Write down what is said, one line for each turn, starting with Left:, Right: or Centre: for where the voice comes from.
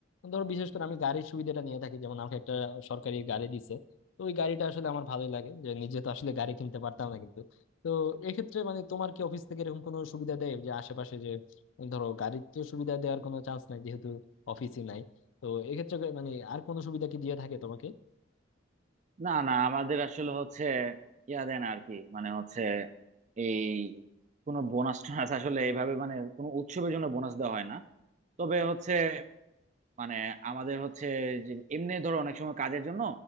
Left: ধরো বিশেষ করে আমি গাড়ির সুবিধাটা নিয়ে থাকি যেমন আমাকে একটা সরকারি গাড়ি দিচ্ছে তো ওই গাড়িটা আসলে আমার ভালোই লাগে যে নিজে তো আসলে গাড়ি কিনতে পারতাম না কিন্তু তো এক্ষেত্রে মানে তোমার কি অফিস থেকে এরকম কোনো সুবিধা দেয় যে আশেপাশে যে ধরো গাড়ির তো সুবিধা দেওয়ার কোনো চান্স নাই যেহেতু অফিসই নাই তো এক্ষেত্রে মানে আর কোনো সুবিধা কি দিয়ে থাকে তোমাকে
Right: না না আমাদের আসলে হচ্ছে ইয়া দেন আর কি মানে হচ্ছে এই কোনো বোনাস টোনাস আসলে এইভাবে মানে কোনো উৎসবের জন্য বোনাস দেওয়া হয় না তবে হচ্ছে মানে আমাদের হচ্ছে যে এমনি ধরো অনেক সময় কাজের জন্য